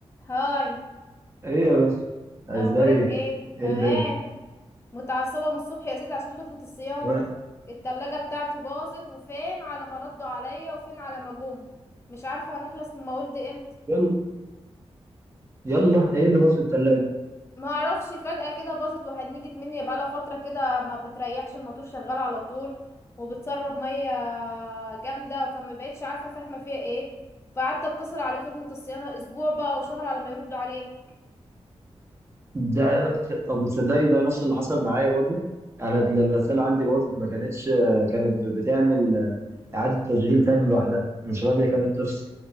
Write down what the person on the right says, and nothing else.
ايه يا باشا ازيك
ايه الدنيا
تمام
يلا يلا ايه اللي باظ في التلاجة
ده طب تصدقي ده نفس اللي حصل معايا برضو انا الغسالة عندي باظت ما كانتش كانت بتعمل اعادة تشغيل تاني لوحدها مش راضية
كانت تفصل